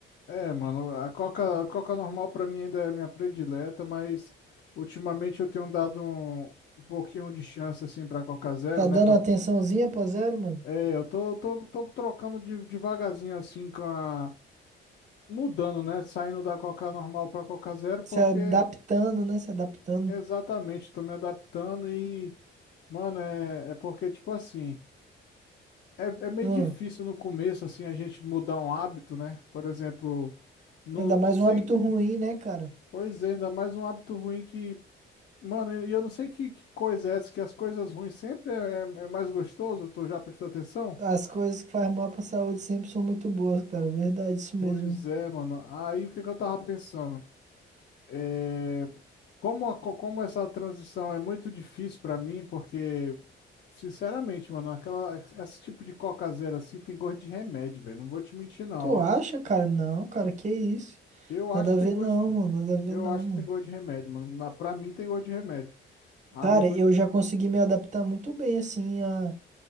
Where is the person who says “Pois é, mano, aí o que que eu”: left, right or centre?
Left